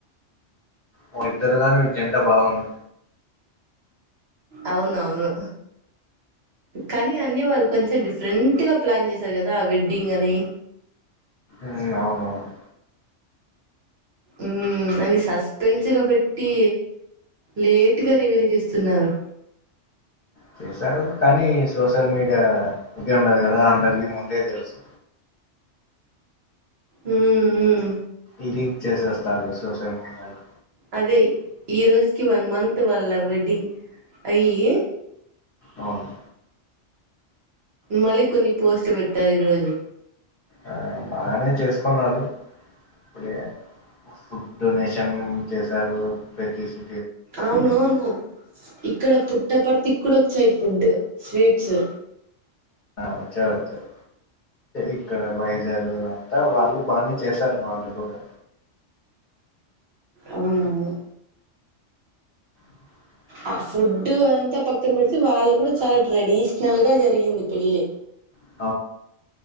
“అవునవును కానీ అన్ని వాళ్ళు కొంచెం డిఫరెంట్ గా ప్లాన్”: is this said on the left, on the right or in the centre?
Right